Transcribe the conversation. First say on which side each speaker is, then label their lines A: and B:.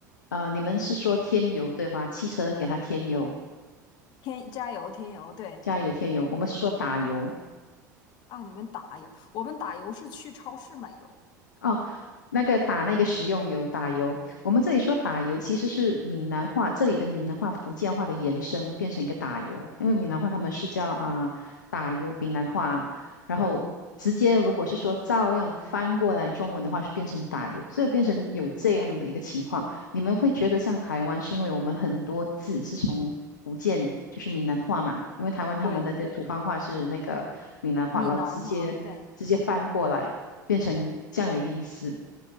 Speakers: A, on the left; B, on the left.
A: 啊、你们是说添油对吧？汽车给它添油。
B: 添加油天油，对
A: 加油添油，我们是说打油，
B: 啊，你们打油，我们打油是去超市买油，
A: 哦，那个打那个食用油，打油。我们这里说打油，其实是闽南话，这里的闽南话、福建话的延伸，变成一个打油。因为闽南话他们是叫啊、
B: 哦，
A: 打油，闽南话，然后直接如果是说照样翻过来中文的话，是变成打油，所以变成有这样的一个情况。你们会觉得像台湾，是因为我们很多字是从福建，就是闽南话嘛，因为台湾他们的这个土方话是那个闽南话，
B: 对对，闽南话，
A: 然后直接直接翻过来。
B: 对，
A: 变成这样的一个意思。